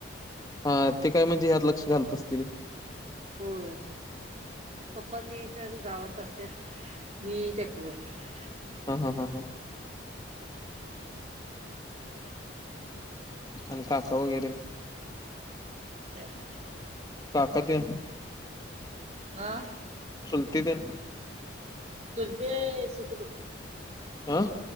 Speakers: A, on the left; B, on the right.
A: हां ते काय म्हणजे ह्यात लक्ष घालत नसतीले?
B: होय पप्पा ते सर गावात असत्यात मी ट्रॅक्टवर असतोयं.
A: हां हां हां हां. आणि काका वैगरे
B: <inaudible>
A: काकातेन?
B: हां.
A: चुलतीतेन
B: चुलते शेती बघतात.
A: आं